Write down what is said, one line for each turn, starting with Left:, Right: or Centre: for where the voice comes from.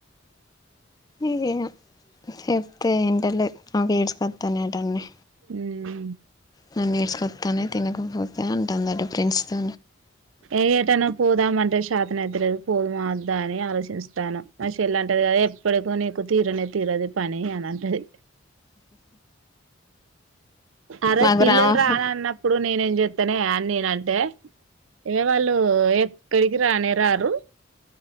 Left: ఇక చెప్తే ఏంటలో నా గడ్స్ కత్తానేటన్ని
Right: ఉమ్
Left: నన్ను నేర్స్కొస్తానే తినకపోతే అంటుందట ఫ్రెండ్స్ తో
Right: ఏ ఏటనా పోదామనిపిస్తుంది శతన ఎతలేదు పోదు మాద్దా అని ఆలోచిస్తాను మా చెల్లె అంటది కదా ఎప్పటికి నీకు తీరనే తీరదు పని అని అంటది అరే
Left: మాకు
Right: పిల్లలు
Left: రామప్ప
Right: రాాల అన్నప్పుడు నేనే ఏం చెతానే అ నేన అంటే ఇవ వాళ్ళు ఎక్కడికి రానే రారు